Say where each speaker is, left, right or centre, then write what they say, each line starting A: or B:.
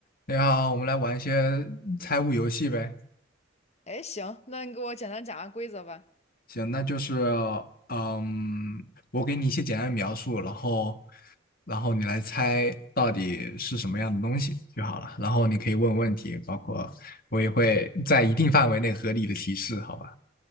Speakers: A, on the left; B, on the left.
A: 你好，我们来玩一些猜物游戏呗。
B: 哎，行，那你给我简单讲下规则吧。
A: 行，那就是，嗯，我给你一些简单的描述，然后，然后你来猜到底是什么样的东西就好了。然后你可以问问题，包括我也会在一定范围内合理的提示，好吧？